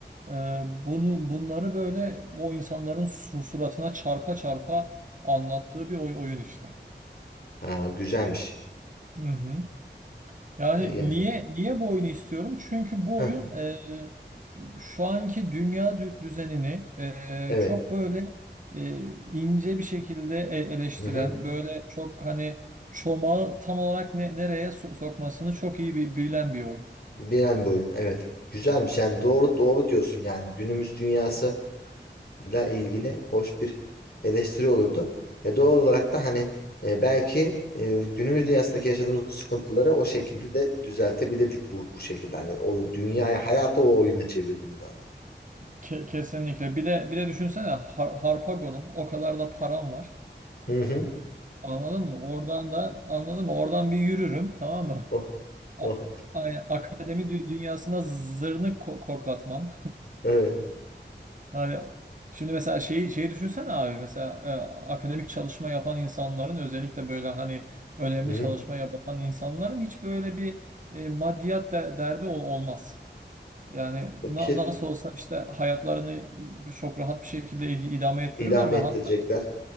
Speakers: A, on the right; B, on the left.
A: e, bunu bunları böyle o insanların su- suratına çarpa çarpa anlattığı bir oy- oyun işte.
B: Ha, güzelmiş.
A: Hı hı. Yani
B: Ee, Yani.
A: niye niye bu oyunu istiyorum? Çünkü bu
B: Heh,
A: oyun e, şu anki dünya dü- düzenini e,
B: evet.
A: çok böyle e, ince bir şekilde e- eleştiren,
B: Hı hı.
A: böyle çok hani çomağı tam olarak ne, nereye so- sokmasını çok iyi bi- bilen bir oyun.
B: Bilen bir oyun. Evet. Güzelmiş.
A: Evet.
B: Yani doğru doğru diyorsun yani. Günümüz dünyası ile ilgili hoş bir eleştiri olurdu. E, doğal olarak da hani e, belki e, günümüz dünyasındaki yaşadığımız bu sıkıntıları o şekilde de düzeltebilirdik bu, bu şekilde. Hani oyun, dünyayı hayatı o oyuna çevirdiğimiz anda.
A: Ke- kesinlikle. Bir de bir de düşünsene Har- Harpagon'um o kadar da param var.
B: Hı hı.
A: Anladın mı? Oradan da anladın mı? Oradan bir yürürüm tamam mı?
B: Oh.
A: A-
B: Oh.
A: a- Akademi dü- dünyasına zırnık ko- koklatmam.
B: Evet.
A: Yani şimdi mesela şeyi şeyi düşünsene abi mesela e, akademik çalışma yapan insanların özellikle böyle hani önemli
B: Hı hı.
A: çalışma yapan insanların hiç böyle bir e, maddiyat de- derdi ol- olmaz. Yani na-
B: Ki
A: nasıl olsa işte hayatlarını e, çok rahat bir şekilde id- idame ettirirler
B: idame
A: ve
B: ettirecekler.
A: hatta